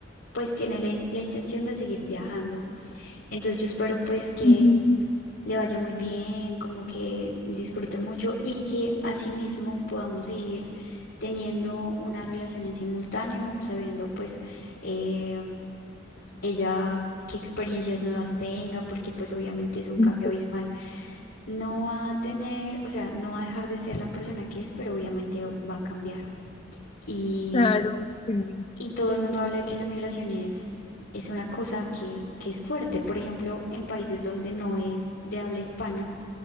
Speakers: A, on the left (about 80°); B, on the left (about 30°).
A: pues tiene la, in- la intención de seguir viajando. Entonces yo espero pues que
B: Ujú,
A: le vaya muy bien, como que disfrute mucho y que asimismo podamos seguir teniendo una relación en simultáneo, sabiendo pues eh, ella qué experiencias nuevas tenga, porque pues obviamente es un
B: sí
A: cambio abismal. No va a tener, o sea, no va a dejar de ser la persona que es, pero obviamente va a cambiar. Y,
B: Claro, sí,
A: y todo el mundo habla de que la migración es... Es una cosa que, que es fuerte. Por ejemplo, en países donde no es de habla hispana,